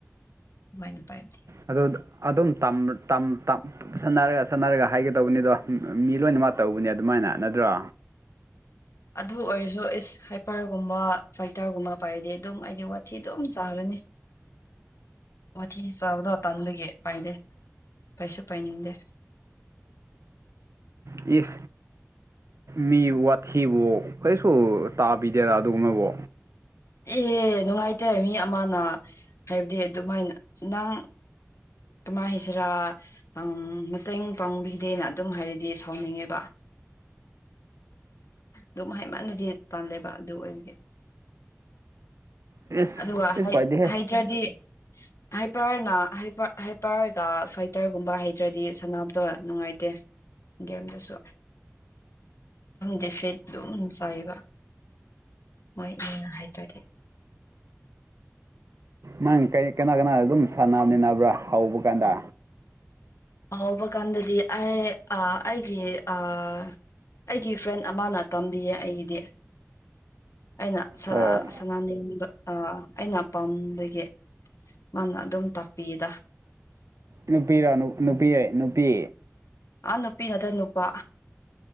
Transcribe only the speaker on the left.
<unintelligible> ꯄꯥꯏꯞꯗꯤ
ꯑꯗꯨ ꯑꯣꯏꯔꯁꯨ ꯏꯁ ꯍꯥꯏꯄꯔꯒꯨꯝꯕ ꯐꯥꯏꯇꯔꯒꯨꯝꯕ ꯄꯥꯏꯔꯗꯤ ꯑꯗꯨꯝ ꯑꯩꯗꯤ ꯋꯥꯊꯤ ꯑꯗꯨꯝ ꯆꯥꯒꯅꯤ ꯋꯥꯊꯤ ꯆꯥꯕꯗꯣ ꯇꯟꯕꯒꯤ ꯄꯥꯏꯗꯦ ꯄꯥꯏꯁꯨ ꯄꯥꯏꯅꯤꯡꯗꯦ
ꯑꯦ ꯅꯨꯡꯉꯥꯏꯇꯦ ꯃꯤ ꯑꯃꯅ ꯍꯥꯏꯞꯗꯤ ꯑꯗꯨꯝꯃꯥꯏꯅ ꯅꯪ ꯀꯃꯥꯏ ꯍꯥꯏꯁꯤꯔ ꯑꯪ ꯃꯇꯦꯡ ꯄꯥꯡꯕꯤꯗꯦꯅ ꯑꯗꯨꯝ ꯍꯥꯏꯔꯗꯤ ꯁꯥꯎꯅꯤꯡꯉꯦꯕ ꯗꯨꯝ ꯍꯥꯏꯃꯟꯂꯗꯤ ꯇꯜꯂꯦꯕ ꯑꯗꯨ ꯑꯣꯏꯕꯒꯤ
ꯑꯗꯨꯒ
ꯍꯩ
ꯍꯩꯇ꯭ꯔꯗꯤ ꯍꯥꯏꯄꯔꯅ ꯍꯥꯏꯄꯔ ꯍꯥꯏꯄꯔꯒ ꯐꯥꯏꯇꯔꯒꯨꯝꯕ ꯍꯩꯇ꯭ꯔꯗꯤ ꯁꯥꯟꯅꯕꯗꯣ ꯅꯨꯡꯉꯥꯏꯇꯦ ꯒꯦꯝꯗꯨꯁꯨ <unintelligible> ꯗꯤꯐꯤꯠ ꯑꯗꯨꯝ ꯆꯥꯏꯕ ꯃꫭꯏ ꯑꯅꯤꯅ ꯍꯩꯇ꯭ꯔꯗꯤ
ꯍꯧꯕ ꯀꯥꯟꯗꯗꯤ ꯑꯩ ꯑꯥ ꯑꯩꯒꯤ ꯑꯥ ꯑꯩꯒꯤ ꯐ꯭ꯔꯦꯟ ꯑꯃꯅ ꯇꯝꯕꯤꯌꯦ ꯑꯩꯒꯤꯗꯤ ꯑꯩꯅ ꯁꯥ
ꯁꯥꯅꯅꯤꯡꯕ ꯑꯥ ꯑꯩꯅ ꯄꯥꯝꯕꯒꯤ ꯃꯥꯅ ꯑꯗꯨꯝ ꯇꯥꯛꯄꯤꯌꯦꯗ
ꯑꯥ ꯅꯨꯄꯤ ꯅꯠꯇꯦ ꯅꯨꯄꯥ